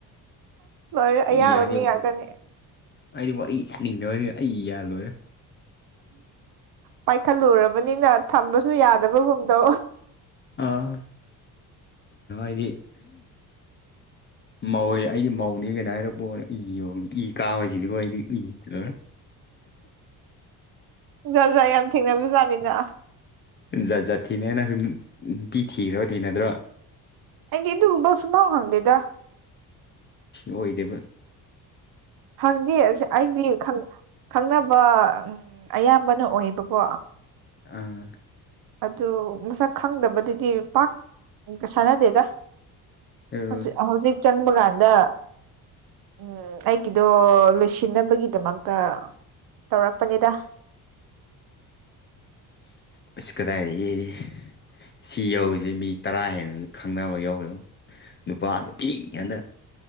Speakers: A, on the right; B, on the left.
A: ꯑ ꯔꯦ
B: ꯑꯩ
A: ꯑꯌꯥꯕ
B: ꯌꯥꯏꯗꯤ
A: ꯃꯤ ꯉꯥꯛꯇꯅꯦ
B: ꯑꯩꯗꯤ ꯋꯥꯔꯤ ꯁꯥꯅꯤꯡꯗꯁꯤꯗꯤ ꯑꯩ ꯌꯥꯜꯂꯣꯏꯦ
A: ꯄꯥꯏꯈꯠꯂꯨꯔꯕꯅꯤꯅ ꯊꯝꯕꯁꯨ ꯌꯥꯗꯕꯒꯨꯝꯗꯧ
B: ꯑ ꯏꯗꯤ ꯃꯧꯋꯦ ꯑꯩꯗꯤ ꯃꯧꯅꯦ ꯀꯩꯅ ꯍꯥꯏꯔꯛꯄꯅꯦ ꯑꯩ ꯌꯧ ꯏ ꯀꯥꯕꯁꯤꯗꯤꯀꯣ ꯑꯩꯗꯤ ꯎꯏꯔ
A: ꯖꯥꯖꯥ ꯌꯥꯝ ꯊꯦꯡꯅꯕꯖꯥꯅꯤꯅ
B: ꯖꯥꯠ ꯖꯥꯠ ꯊꯤꯅꯦ ꯅꯪꯁꯨ ꯅꯨꯄꯤ ꯊꯤꯈ꯭ꯔꯣ ꯊꯤꯅꯗ꯭ꯔꯣ
A: ꯑꯩ ꯏ ꯑꯗꯨꯕꯁꯨꯃ ꯍꯪꯗꯦꯗ
B: ꯑꯣꯏꯗꯦꯕ
A: ꯈꯪꯗꯦ ꯑꯁ ꯑꯩꯗꯤ ꯈꯪꯅꯕ ꯎ ꯑꯌꯥꯝꯕꯅ ꯑꯣꯏꯌꯦꯕꯀꯣ
B: ꯑꯥ <unintelligible>
A: ꯑꯗꯨ ꯃꯁꯛ ꯈꯪꯗꯕꯗꯨꯗꯤ ꯄꯥꯛ ꯁꯥꯟꯅꯗꯦꯗ
B: ꯑꯥ
A: ꯍꯧꯖꯤ ꯍꯧꯖꯤꯛ ꯆꯪꯕ ꯀꯥꯟꯗ ꯎꯝ ꯑꯩꯒꯤꯗꯣ ꯂꯣꯏꯁꯤꯟꯅꯕꯒꯤꯗꯃꯛꯇ ꯇꯧꯔꯛꯄꯅꯤꯗ <unintelligible>
B: ꯍꯧꯁꯨ ꯀꯗꯥꯥꯏꯔꯤ ꯌꯦꯗꯤ ꯁꯤ ꯌꯧꯔꯤꯁꯤꯦ ꯃꯤ ꯇꯔꯥ ꯍꯦꯟꯅ ꯈꯪꯅꯕ ꯌꯧꯔꯨ ꯅꯨꯄꯥ ꯅꯨꯄꯤꯉꯗ